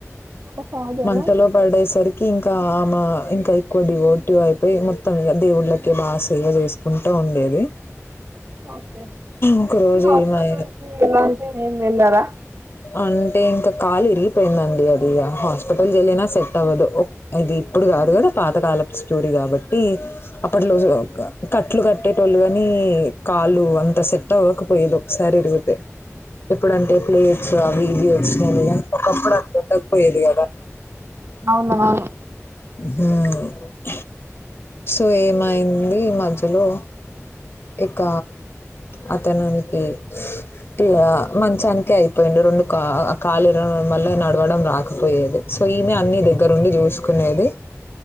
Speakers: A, on the right; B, on the left.
A: వాళ్ళ ఫాదరా
B: మంచలో పడేసరికి ఇంకా ఆమె ఇంకా ఎక్కువ డివోటివ్ అయిపోయి మొత్తం ఇ దేవుళ్ళకే బాగా సేవ చేసుకుంటా ఉండేది
A: ఓకే
B: ఒక రోజు
A: హస్పిటల్
B: ఈమె
A: ఏం ఎలార
B: అంటే ఇంకా కాలు ఇరిగిపోయిందండి అది హాస్పిటల్ వెళ్లినా సెట్ అవ్వదు ఇది ఇప్పుడు కాదు కదా పాతకాలపు స్టోరీ కాబట్టి అప్పట్లో కట్లు కట్టేటోళ్ళు కాగాని కాలు అంత సెట్ అవ్వకపోయేది ఒకసారి ఇరిగితే ఎప్పుడుంటే ప్లేజ ఆ వీడియోస్ ఒకప్పుడు అక్కండకపోయేది కదా
A: అవున ఆ
B: హ్మ్. సో ఏమైంది మధ్యలో ఇక అతనునికి పలా మంచానికి అయిపో పోయిండు రెండు కా కాలు ఇరడం వల్ల నడవడం రాకపోయేది సో ఈమె అన్ని దగ్గరుండి చూసుకునేది